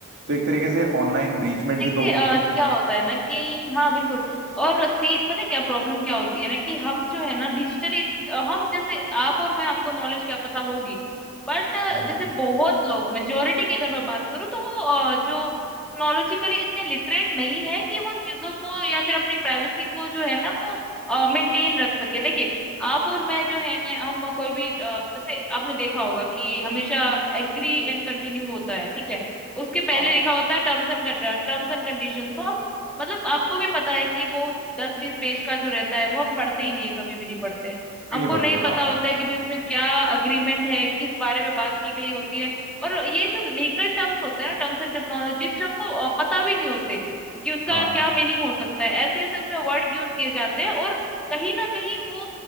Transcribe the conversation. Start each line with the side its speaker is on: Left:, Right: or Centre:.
Right: तो एक तरीके से ऑनलाइन ब्रीचमेंट
Centre: देखिए
Right: ही तो हुआ
Centre: अ, क्या होता है ना कि हाँ बिल्कुल और सी पता है क्या प्रॉब्लम क्या होती है ना कि हम जो है ना डिजिटली हम जैसे आप और मैं हमको नॉलेज क्या पता होगी बट
Right: हम्म
Centre: जैसे बहुत लोग मेजोरिटी की अगर मैं बात करूँ तो वो अ, जो टेक्नोलॉजिकली इतने लिटरेट नहीं है कि वो चीजों को या फिर अपनी प्राइवेसी को जो है ना वो मेंटेन रख सके देखिए आप और मैं जो है हम कोई भी अ, जैसे आपने देखा होगा कि हमेशा एग्री एंड कंटिन्यू होता है ठीक है उसके पहले
Right: हाँ
Centre: लिखा होता है टर्म्स एंड टर्म्स एंड कंडीशंस तो हम मतलब आपको भी पता है कि वो दस बीस पेज का जो रहता है वो हम पढ़ते ही नहीं है कभी भी नहीं पढ़ते हैं
Right: भी
Centre: हमको
Right: नहीं पड़ते
Centre: नहीं पता
Right: हाँ
Centre: होता है कि भाई उसमें क्या अग्रीमेंट है किस बारे में बात की गई होती है और ये जो लीगल टर्म्स होते हैं ना टर्म्स एंड टर्मिनोलॉजीज जो आपको अ, पता भी नहीं होते कि उसका
Right: हाँ हाँ
Centre: क्या मीनिंग हो सकता है ऐसे ऐसे उसमें वर्ड यूज किए जाते हैं और कहीं ना कहीं वो